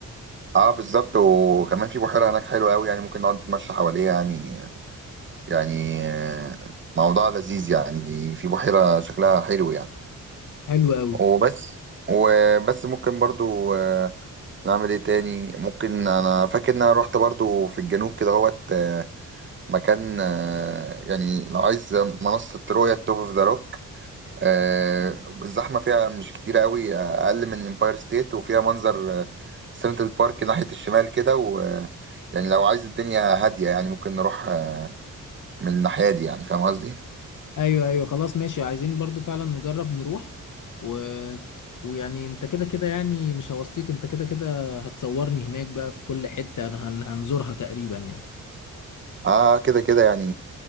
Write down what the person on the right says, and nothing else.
اه بالظبط وكمان في بحيرة هناك حلوة قوي يعني ممكن نقعد نتمشى حواليها يعني يعني آه، موضوع لذيذ يعني في بحيرة شكلها حلو يعني
وبس وبس ممكن برضو آه، نعمل ايه تاني ممكن انا فاكر ان انا رحت برضو في الجنوب كده هوت آه، مكان آه، يعني لو عايز منصة رؤية توب اوف ذا روك آه، الزحمة فيها مش كتير قوي آه، اقل من امباير ستيت وفيها منظر سنترال بارك ناحية الشمال كده و آه، يعني لو عايز الدنيا هادية يعني ممكن نروح آه، من الناحية دي يعني فاهم قصدي
اه كده كده يعني